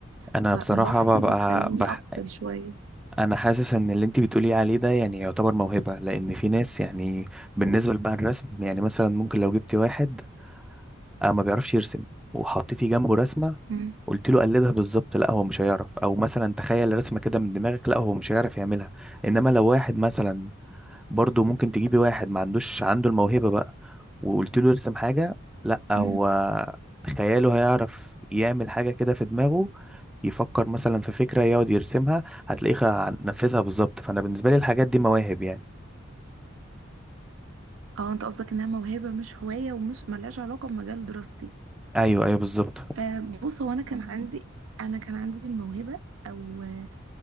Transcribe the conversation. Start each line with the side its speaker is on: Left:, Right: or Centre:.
Centre: انا
Right: فبفصل
Centre: بصراحة ببقى
Right: بتخليني
Centre: بح...
Right: أفصل شوية
Centre: انا حاسس ان اللي انت بتقولي عليه ده يعني يعتبر موهبة لان في ناس يعني بالنسبة لبقى الرسم يعني مثلا ممكن لو جبتي واحد آه ما بيعرفش يرسم وحطيتي جنبه رسمة
Right: مم.
Centre: قلت له قلدها بالظبط لا هو مش هيعرف او مثلا تخيل رسمة كده من دماغك لا هو مش هيعرف يعملها انما لو واحد مثلا برضه ممكن تجيبي واحد ما عندوش عنده الموهبة بقى وقلت له يرسم حاجة لا هو
Right: مم.
Centre: خياله هيعرف يعمل حاجة كده في دماغه يفكر مثلا في فكرة يقعد يرسمها هتلاقيه خ- نفذها بالظبط فأنا بالنسبة لي الحاجات دي مواهب يعني
Right: اه انت قصدك انها موهبة مش هواية ومش ملهاش علاقة بمجال دراستي
Centre: أيوه أيوه بالظبط
Right: آه بص هو انا كان عندي انا كان عندي الموهبة او آه،